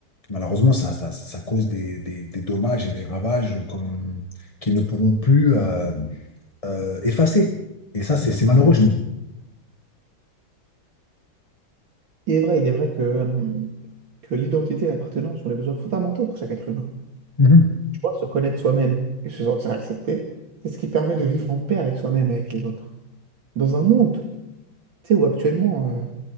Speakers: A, on the left; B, on the right.
A: malheureusement, ça, ça, ça cause des, des, des dommages et des ravages qu'on- qui ne pourront plus euh, euh, effacer. Et ça, c'est c'est malheureux, je trouve.
B: Il est vrai, il est vrai que, euh, que l'identité et l'appartenance sont des besoins fondamentaux pour chaque être humain.
A: Mhm.
B: Tu vois, se connaître soi-même et se sentir accepté, c'est ce qui permet de vivre en paix avec soi-même et avec les autres. Dans un monde, tu sais, où actuellement, euh,